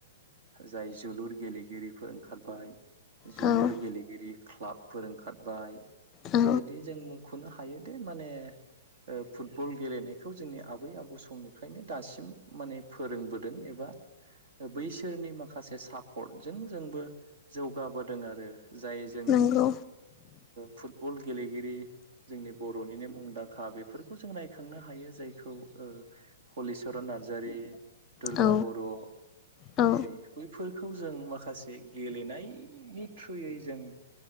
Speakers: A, on the right; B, on the left.
A: जाय जोलुर गेलेगिरिफोर ओंखारबाय जोलुर
B: औ
A: गेलेगिरि क्लाबफोर ओंखारबाय
B: औ
A: बेबादि जों मुखनो हायो दे माने फुटबल गेलेनायखौ जोंनि आबै आबौ समनिफ्रायनो दासिम माने फोरोंबोदों ए बा बैसोरनि माखासे सापर्टजों जोंबो जौगाबोदों आरो जाय जोंनि
B: नंगौ
A: फुटबल गेलेगिरि जोंनि बर'निनो मुंदां खा बेफोरखौ जों रायखांनो हायो जायखौ हलिचरन नारजारि दुरगा
B: औ
A: बर'
B: औ
A: नै बैफोरखौ जों माखासे गेलेनायनि थ्रुयै जों